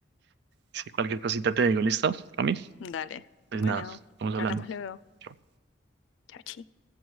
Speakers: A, on the right (about 60°); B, on the left (about 85°).
A: Si cualquier cosita te digo, ¿listo? A mí.
B: Dale.
A: Pues
B: Bueno,
A: nada, estamos hablando.
B: hablamos luego.
A: Chao.
B: Chao, chao.